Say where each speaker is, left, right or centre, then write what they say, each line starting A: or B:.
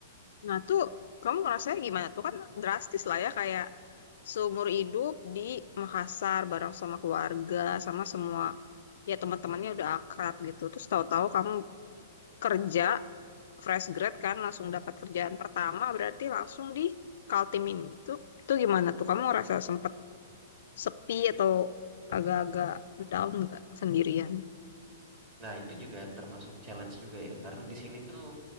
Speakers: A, on the left; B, on the right.
A: Nah, tuh kamu ngerasanya gimana tuh? Kan drastis lah ya, kayak seumur hidup di Makassar bareng sama keluarga, sama semua ya teman-temannya udah akrab gitu. Terus tahu-tahu kamu kerja fresh grad kan, langsung dapat kerjaan pertama, berarti langsung di Kaltim ini. Tuh, itu gimana tuh? Kamu ngerasa sempet sepi atau agak-agak down nggak sendirian?
B: Nah, itu juga termasuk challenge juga ya, karena di sini tuh